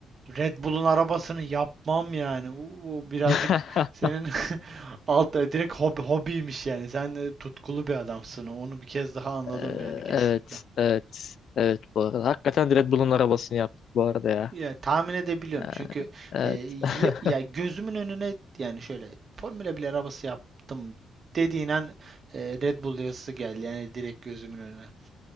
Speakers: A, on the right (about 35°); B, on the left (about 55°).
A: Red Bull'un arabasını yapmam yani. O o birazcık
B: <laughs>
A: senin <laughs> alt direkt hobi, hobiymiş yani. Sen e, tutkulu bir adamsın. Onu bir kez daha anladım
B: Ee,
A: yani kesinlikle.
B: evet, evet, evet bu arada. Hakikaten Red Bull'un arabasını yaptık bu arada ya.
A: Ya tahmin edebiliyorum
B: Ee,
A: çünkü
B: evet.
A: e,
B: <laughs>
A: ya, ya gözümün önüne yani şöyle Formula bir arabası yaptım dediğin an e, Red Bull yazısı geldi yani direkt gözümün önüne.